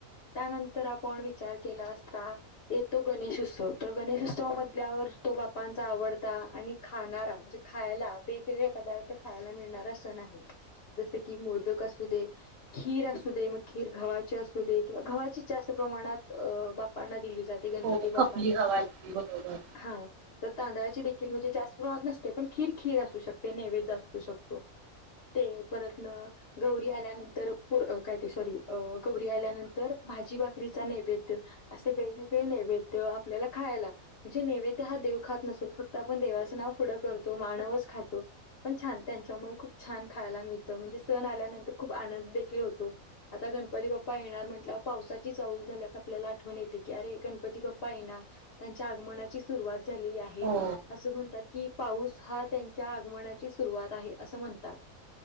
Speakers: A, on the left (about 55°); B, on the right (about 75°).
A: त्यानंतर आपण विचार केला असता येतो गणेश उत्सव तर गणेशोत्स मधल्यावर तो बापांचा आवडता आणि खाणारा म्हणजे खायला वेगवेगळे पदार्थ खायला येणार असं नाह जसं की मोदक असू दे खीर असू दे म खीरखा असू देकिंवा घव्हा जास्त प्रमाणात बापांना दिली त्या ती गणपती
B: हो
A: बाप्पांना
B: खपली हवा असते बरोबर.
A: हा तर तांदळाची देखी म्हणजे जास्त प्रहात नसते पण खीर खीर असू शकते नैवेद्य असू शकतो ते परतन गौरी आल्यानंतर काय ते सॉरी कोबरी आल्यानंतर भाजी बाकरीचा नैवेद्य असे वेगवेगळे नैवेद्य आपल्याला खायला म्हणजे नैवेद्य हा देव खात नसून फक्त आपण देवाचं नाव पुुढं करतो मानवच खातो पण छान त्यांच्यामुळे खूप छान खायला मिळत म्हणजे सण आल्यानंतर खूप आनंद देखील होतो आता ग गणपती बाप्पा येणार म्हट पावसाची ऊल झाल्यास आपल्याला आठवण येते की अे गणपती बाप्पा येणार च्या आगमनाची सुरुवात झालेली आहे
B: हो
A: अस म्हणतात कि पाऊस हा त्यांच्या आगमनाची सुरुवात आहे असं म्हणतात